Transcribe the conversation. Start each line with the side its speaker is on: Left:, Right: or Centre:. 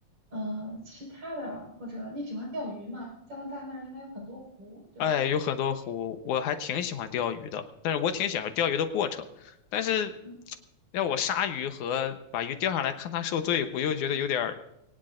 Right: 嗯，其他的或者你喜欢钓鱼吗？加拿大那儿应该有很多湖，对吧？
Left: 哎，有很多湖，我还挺喜欢钓鱼的，但是我挺享受钓鱼的过程。
Right: 嗯
Left: 但是
Right: 嗯
Left: 让我杀鱼和把鱼钓上来看它受罪，我又觉得有点儿，